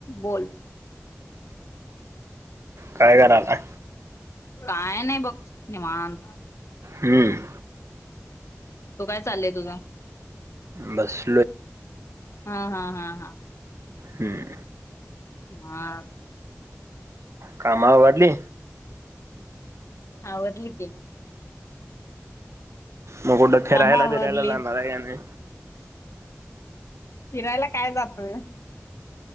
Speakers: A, on the left; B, on the right.
A: बोल.
B: काय करालाय?
A: काय नाही बघ निवांत
B: हम्म.
A: तू काय चालय तुझ?
B: बस.
A: हा हा हा हा.
B: हम्म.
A: <unintelligible>
B: कामा आ वढली.
A: आवरली की
B: मग कुठं फेरायला
A: काम आवरली
B: बीरायला जाणार आहे याने
A: फिरायला काय जातोय.